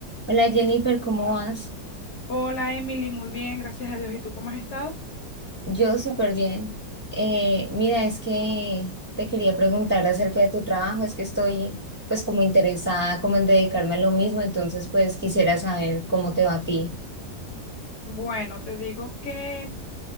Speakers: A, in the centre; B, on the left (about 65°).
A: Hola Jennifer, ¿cómo vas?
B: Hola Emily, muy bien, gracias a Dios. ¿Y tú cómo has estado?
A: Yo súper bien. Eh, mira, es que te quería preguntar acerca de tu trabajo, es que estoy pues como interesada como en dedicarme a lo mismo, entonces pues quisiera saber cómo te va a ti.
B: Bueno, te digo que